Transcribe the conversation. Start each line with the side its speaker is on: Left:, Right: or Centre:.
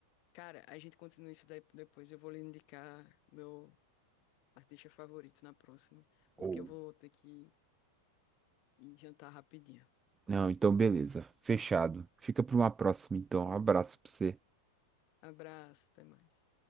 Left: Cara, a gente continua isso daí depois. Eu vou lhe indicar meu artista favorito na próxima, porque
Right: Ou.
Left: eu vou ter que ir jantar rapidinho.
Right: Não, então beleza. Fechado. Fica pra uma próxima, então. Um abraço pra você.
Left: Abraço, até mais.